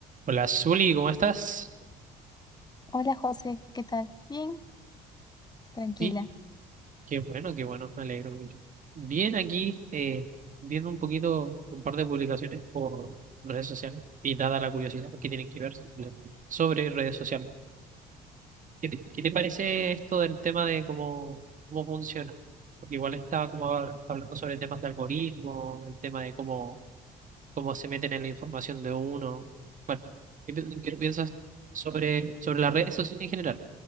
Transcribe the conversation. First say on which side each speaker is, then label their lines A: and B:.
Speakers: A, on the right; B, on the left.
A: Hola, Zuli, ¿cómo estás?
B: Hola José, ¿qué tal? Bien, tranquila.
A: Sí, qué bueno, qué bueno, me alegro mucho. Bien, aquí eh, viendo un poquito un par de publicaciones por redes sociales y dada la curiosidad que tienen que ver sobre redes sociales. ¿Qué te, qué te parece esto del tema de cómo, cómo funciona? Porque igual estaba como hab- hablando sobre temas de algoritmo, el tema de cómo, cómo se meten en la información de uno. Bueno, ¿qué, pi- qué piensas sobre, sobre las redes sociales en general?